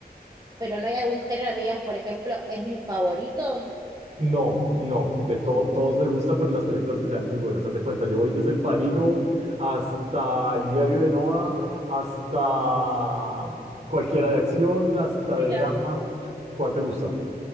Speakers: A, on the right; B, on the right.
A: Pero no hay algún género que me digas, por ejemplo, es mi favorito.
B: No, no, de todo, todos me gusta, pero las películas que sean muy buenas, haz de cuenta, yo voy desde El Padrino hasta El Diario de Noah, hasta cualquiera de acción, hasta
A: Mira.
B: de drama. ¿Cuál te gusta?